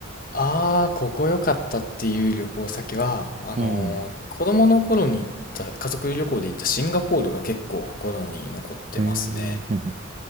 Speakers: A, on the left; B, on the right.
A: ああ、ここ良かったっていう旅行先は、あのー子供の頃に行った、
B: うん。
A: 家族旅行で行ったシンガポールが結構心に残ってますね。
B: へえ。うんうん。